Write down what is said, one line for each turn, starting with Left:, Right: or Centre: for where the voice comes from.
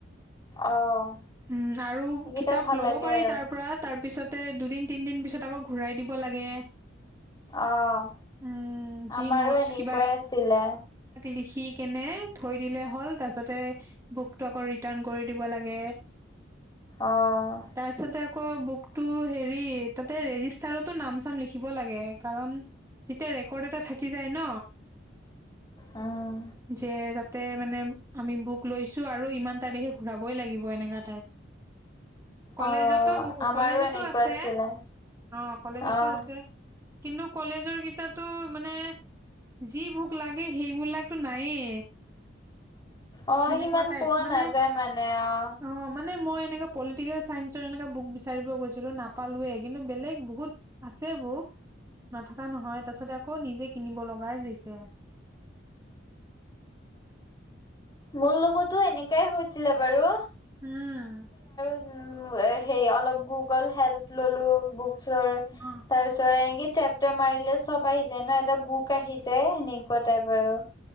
Left: অ',
Right: উম আৰু
Left: সেইকেইটা
Right: কিতাপ
Left: ভাল
Right: ল'ব
Left: লাগে
Right: পাৰি।
Left: আৰু
Right: তাৰ পৰা তাৰ পিছতে দুদিন-তিনদিন পিছত আকৌ ঘূৰাই দিব লাগে।
Left: অ',
Right: উম। যি
Left: আমাৰো
Right: নোটচ
Left: এনেকুৱাই আছিলে
Right: লিখি কেনে থৈ দিলে হ'ল তাৰছতে বুকতটো আকৌ ৰিটাৰ্ণ কৰি দিব লাগে
Left: আহ।
Right: তাৰপিছতে আকৌ বুকতটো হেৰি তাতে ৰেজিষ্টাৰতো নাম চাম লিখিব লাগে। কাৰণ তেতিয়া ৰেকৰ্ড এটা থাকি যায় ন
Left: উম,
Right: যে তাত তাতে মানে আমি বুক লৈছোঁ আৰু ইমান তাৰিখে ঘূৰাবই লাগিব এনেকা টাইপ। কলেজত
Left: অ',
Right: টো
Left: আমাৰো
Right: কলেজতো
Left: এনেকুৱা
Right: আছে।
Left: আছিলে
Right: অ'কলেজতো
Left: অ',
Right: আছে। কিন্তু কলেজৰ কেইটাতো মানে যি বুক লাগে সেইবিলাকতো নায়েই।
Left: আহ
Right: সেনেকুৱা
Left: সিমান
Right: টাইপ
Left: পোৱা
Right: মানে
Left: নাযায় মানে আহ
Right: অ মানে মই এনেকা পলিটিকেল চাইঞ্চৰ এনেকা বুক বিচাৰিব গৈছিলোঁ নাপালোঁ। কিন্তু বেলেগ বহুত আছে আছে বুক নথকা নহয়। তাৰ পিছতে আকৌ নিজে কিনিব লগাই হৈছে।
Left: মোৰ লগতো এনেকাই হৈছিলে বাৰু।
Right: উম।
Left: উ সেই অলপ গুগল হেল্প ললোঁ বুকচ
Right: অ
Left: তাৰপিছত চেপটাৰ মাৰিলে চ'ব আহি যায় ন এটা বুক আহি যায় সেনেকুৱা টাইপ আৰু।